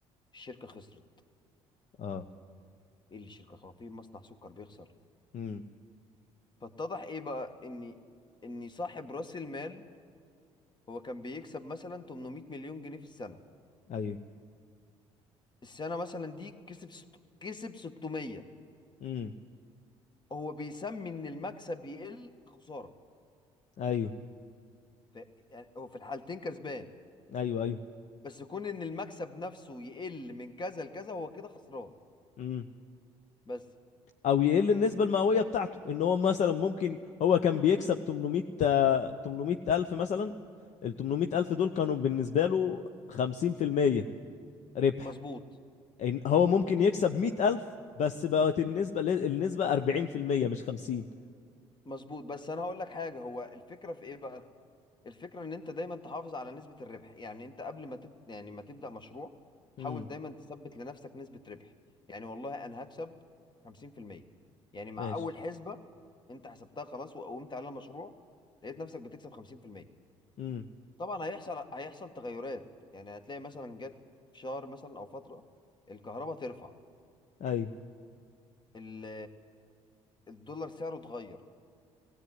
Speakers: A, on the left; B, on the left.
A: الشركه خسرت
B: أه
A: ايه اللي شركه خسرت في مصنع سكر بيخسر
B: امم
A: فاتضح ايه بقى اني اني صاحب راس المال هو كان بيكسب مثلا 800 مليون جنيه في السنه
B: أيوه
A: السنه مثلا دي كسب ست... كسب 600
B: امم
A: هو بيسمي ان المكسب يقل خساره
B: أيوه
A: ف... يعني هو في الحالتين كسبان
B: أيوه أيوه
A: بس كون ان المكسب نفسه يقل من كذا لكذا هو كده خسران
B: امم
A: بس
B: أو يقل النسبة المئوية بتاعته إن هو مثلا ممكن هو كان بيكسب 800 800 ألف مثلا ال 800 ألف دول كانوا بالنسبة له 50% ربح
A: مظبوط
B: إن هو ممكن يكسب 100000 بس بقت النسبة ل- النسبة 40% مش 50
A: مظبوط بس انا هقول لك حاجه هو الفكره في ايه بقى الفكره ان انت دايما تحافظ على نسبه الربح يعني انت قبل ما تب... يعني ما تبدا مشروع
B: امم
A: حاول دايما تثبت لنفسك نسبه ربح يعني والله انا هكسب 50% يعني مع
B: ماشي
A: اول حسبه انت حسبتها خلاص وقومت على المشروع لقيت نفسك بتكسب 50%
B: امم
A: طبعا هيحصل هيحصل تغيرات يعني هتلاقي مثلا جت في شهر مثلا او فتره الكهرباء ترفع
B: ايوه
A: ال... الدولار سعره اتغير